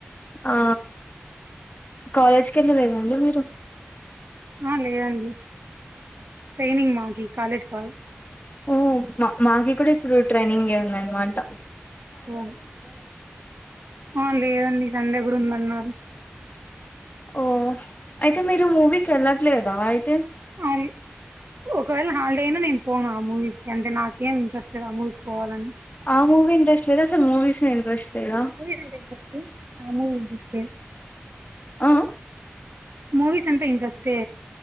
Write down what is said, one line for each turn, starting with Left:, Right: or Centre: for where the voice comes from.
Left: ఆ కాలేజ్కి వెళ్ళలేదండి మీరు
Right: ఆ లేదండి ట్రైనింగ్ మాకి కాలేజ్ కాదు
Left: ఓ మా మాకి కూడా ఇప్పుడు ట్రైనింగే ఉందిన్నమాట
Right: ఓ ఆ లేదండి సండే కూడా ఉందన్నారు
Left: ఓ అయితే మీరు మూవీకి వెళ్ళట్లేదా అయితే
Right: ఆరి ఒకవేళ హాలిడేనా నేను పోను ఆ మూవీకిి అంటే నాకేం ఇంట్రెస్ట్ లేదు ఆ మూవీకి పోవాలని
Left: ఆ మూవీ ఇంట్రెస్ట్ లేద అసలు మూవీసే ఇండ్రెస్ట్ లేదా
Right: ఆ మూవి ఇంట్రెస్ట్
Left: ఆ
Right: మూవీస్ అంటే ఇంట్రెస్టే